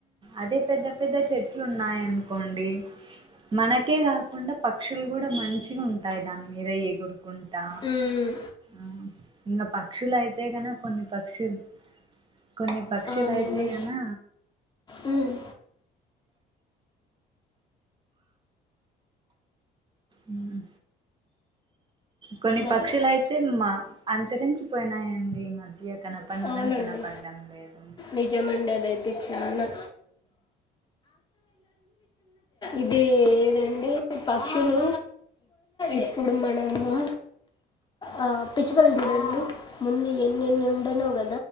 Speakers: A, on the right; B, on the left.
A: అదే పెద్ద పెద్ద చె లున్నాయినుకోండి మనకే కాకుండా ప క్షులు కూడా మంచిగా ఉంటాయి దాని మీద ఎగురుకుంటా
B: మ్మ్.
A: ఆ ఇంకా పక్షులు అయితే కన కొన్ని పక్షులు కొన్ని పక్షులు
B: అవునండి
A: అయితాయి కనా
B: మ్మ్.
A: అ కొన్ని
B: అవును.
A: పక్షులయితే మా అంతరించిపోయినాయండి ఈ మధ్య కనపడను
B: అవునండి
A: గాని కనపడ్డం లేదు
B: నిజమండి అదైతే చనా ఇదే ఇదండి పక్షులు ఇప్పుడు మనము ఆ పిచ్చకల్గుడాళ్ళు ముందు ఎన్నిఎన్నినుండనో గ